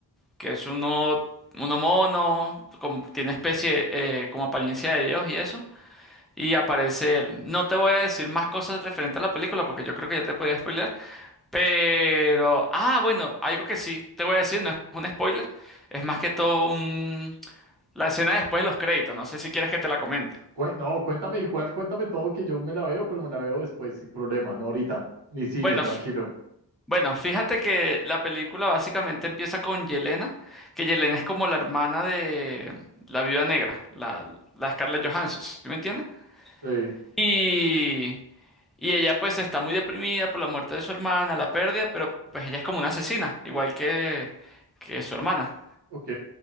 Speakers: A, in the centre; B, on the right.
A: que es uno, uno mono, como, tiene especie, eh, como apariencia de Dios y eso Y aparece él. No te voy a decir más cosas referente a la película porque yo creo que ya te podía spoiler. Pero, ah, bueno, algo que sí te voy a decir, no es un spoiler, es más que todo un... la escena después de los créditos. No sé si quieres que te la comente.
B: Cué- No, cuéntame igual, cuéntame todo que yo me la veo, pero me la veo después, sin problema, no ahorita. Ni cine,
A: Bueno,
B: tranquilo.
A: f- bueno, fíjate que la película básicamente empieza con Yelena, que Yelena es como la hermana de la Viuda Negra, la, la Scarlett Johansson, ¿sí me entiendes?
B: Sí.
A: Y Y ella pues está muy deprimida por la muerte de su hermana, la pérdida, pero pues ella es como una asesina, igual que, que su hermana.
B: Ok,